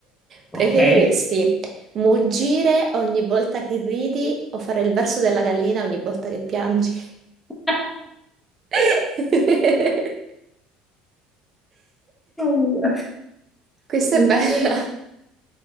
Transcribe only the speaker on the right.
preferiresti
muggire ogni volta che ridi o fare il verso della gallina ogni volta che piangi?
<laughs>
Questa
è bella.